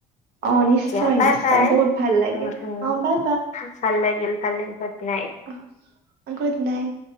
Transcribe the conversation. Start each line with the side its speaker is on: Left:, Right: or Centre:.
Right: অ', নিশ্চয়
Left: দিয়া বাই
Right: নিশ্চয়
Left: বাই
Right: বহুত ভাল লাগিল
Left: উম উম
Right: অ', বাই
Left: ভাল লাগিল ভালে গুড় নাইট
Right: অ, অ গুড নাইট।